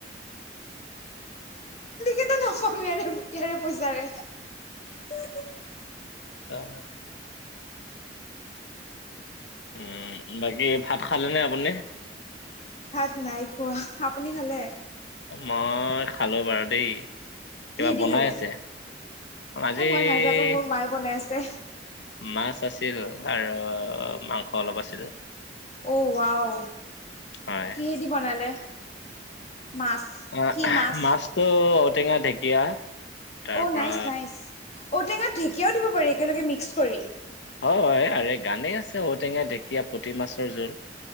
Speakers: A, on the left (about 35°); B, on the left (about 75°).
A: কিতো নকবি আৰু ইয়াৰে পইচাৰে উম হু।
B: অ উম বাকী ভাত খালে নে আপুনি।
A: ভাত নাই খোৱা আপুনি খালে?
B: মই খালো বাৰু দেই। কিবা
A: কিহেদি
B: বনাই
A: খালে
B: আছে,
A: এ
B: আজি
A: মই নাজানো
B: -
A: মোৰ মায়ে বনাই আছে।
B: মাছ আছিল আৰু মাংস অলপ আছিল।
A: অঔ আও
B: হয়।
A: কিহেদি বনালে মাছ?
B: অ
A: কি
B: আহ
A: মাছ
B: মাছটো ঔটেঙা ঢেকীয়া। তাৰ
A: অঁ
B: পৰা
A: নাইচ নাইচ ঔটেঙাত ঢেঁকীয়াও দিব পাৰি একেলগে মিক্স কৰি।
B: হয় হয় আৰে গানেই আছে ঔটেঙা ঢেকীয়া পুথি মাছৰ জোল।